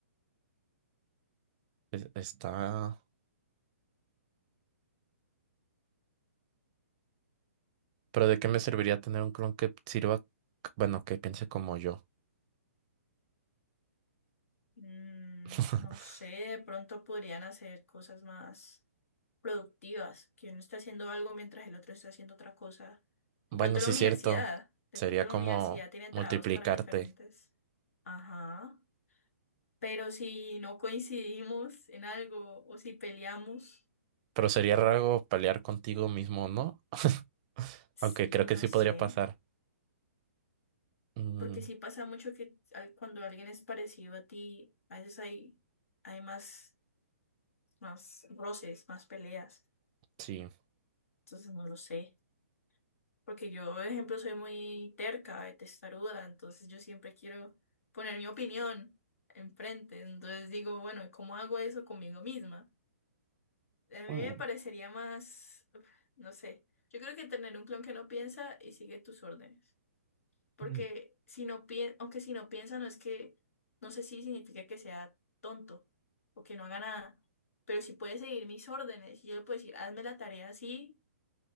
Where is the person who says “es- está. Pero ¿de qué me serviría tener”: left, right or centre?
Right